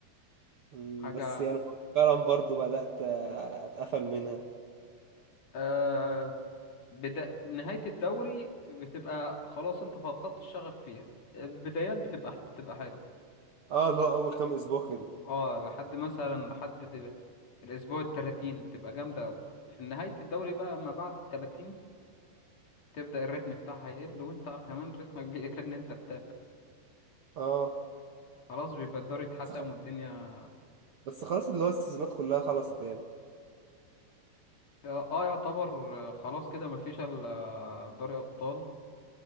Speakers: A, on the right; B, on the left.
A: مم،
B: حاجة
A: بس يعني مؤخرا برضو بدات آه، اتقفل منها
B: آه، بدا... نهاية الدوري بتبقى خلاص انت فقدت الشغف فيها البدايات بتبقى بتبقى حلوة
A: اه اللي هو اول كام اسبوع كده
B: اه لحد مثلا لحد ال- الأسبوع التلاتين بتبقى جامدة أوي في نهاية الدوري بقى ما بعد التلاتين تبدأ الريتم بتاعها يقل وانت كمان رتمك <laughs> بيقل ان انت تتابع
A: اه
B: خلاص بيبقى الدوري اتحسم
A: بس خ-
B: والدنيا
A: بس خلاص اللي هو السيزونات كلها خلصت يعني
B: اه يعتبر آه، خلاص كده مفيش الا دوري أبطال